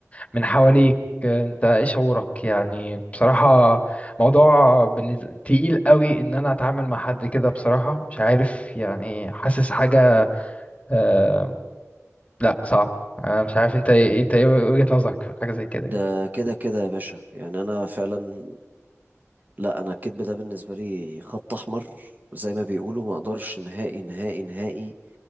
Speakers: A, on the left; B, on the right.
A: من حواليك آه، انت ايه شعورك يعني بصراحة موضوع بالنسبة تقيل قوي ان انا اتعامل مع حد كده بصراحة مش عارف يعني حاسس حاجة آه، لا صعب انا مش عارف انت ايه انت ايه وجهة نظرك في حاجة زي كده
B: ده
A: يعني
B: كده كده يا باشا يعني انا فعلا لا انا الكذب ده بالنسبه لي خط احمر زي ما بيقولوا ما اقدرش نهائي نهائي نهائي